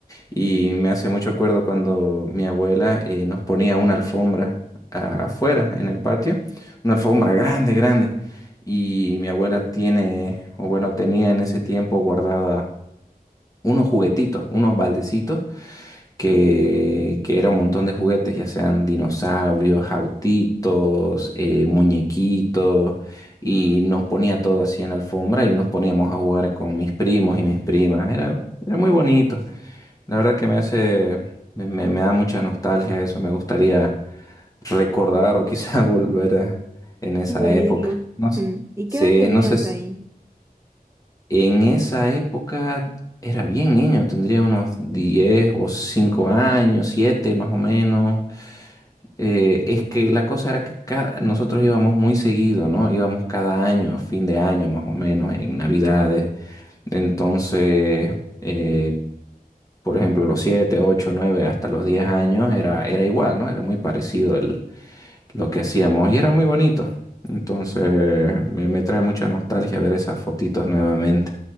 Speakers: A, on the left; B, on the right.
A: Y me hace mucho acuerdo cuando mi abuela eh, nos ponía una alfombra a- afuera, en el patio, una alfombra grande, grande. Y mi abuela tiene, o bueno, tenía en ese tiempo guardada unos juguetitos, unos baldecitos, que, que era un montón de juguetes, ya sean dinosaurios, autitos, eh, muñequitos, y nos ponía todo así en la alfombra y nos poníamos a jugar con mis primos y mis primas. Era, era muy bonito. La verdad que me hace, me, me- me da mucha nostalgia eso, me gustaría recordar o quizá <laughs> volver a- en esa
B: Vivirlo.
A: época. No sé.
B: Mm. ¿Y
A: Sí,
B: qué edad tenías
A: no sé, s-
B: ahí?
A: en esa época era bien niño, tendría unos 10 o 5 años, 7 más o menos. Eh, es que la cosa era que cada- nosotros íbamos muy seguido, ¿no? Íbamos cada año, a fin de año más o menos, en Navidades. Entonces... eh, por ejemplo, los 7, 8, 9, hasta los 10 años era, era igual, ¿no? Era muy parecido el, lo que hacíamos y era muy bonito. Entonces, me, me trae mucha nostalgia ver esas fotitos nuevamente.